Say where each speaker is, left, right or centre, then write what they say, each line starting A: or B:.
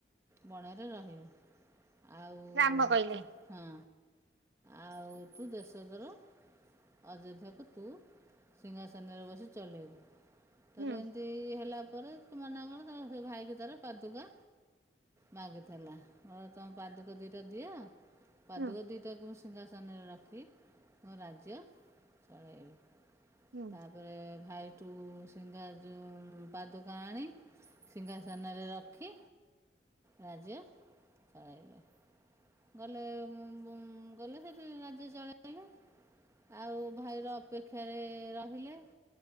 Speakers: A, on the right; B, on the right.
A: ବଣରେ ରହିବି ଆଉ।
B: ରାମ କହିଲେ
A: ହଁ ଆଉ ତୁ ଦେଶ ଦୋର ଅଯୋଧ୍ୟାକୁୁ ତୁ ସିଂହାସନରେ ବସି ଚଲେଇବୁ ତାରେ
B: ହୁଁ
A: ଏମିତି ହେଲା ପରେ ତୁ ମନା କଲା ତ ଭାଇକି ତାର ପାଦୁକା ମାଗିଥିଲା। କହିଲା ତମ ପାଦୁକା ଦିଟା ଦିଅ ପାଦୁକ
B: ହୁଁ
A: ଦିଟାକୁ ମୁଁ ସିଂହାସନରେ ରଖି ମୋ ରାଜ୍ୟ ଚଳାଇବି।
B: ହୁଁ।
A: ତାପରେ ଭାଇ ଠୁ ସିଂହା ଯୋଉ ପାଦୁକା ଆଣି ସିଂହାସନରେ ରଖି ରାଜ୍ୟ ଚଳାଇଲେ। ଗଲେ ମୁଁ ବୁ ଗଲେ ସେ ରାଜ୍ୟ ଚଳେଇଲେ ଆଉ ଭାଇର ଅପେକ୍ଷାରେ ରହିଲେ।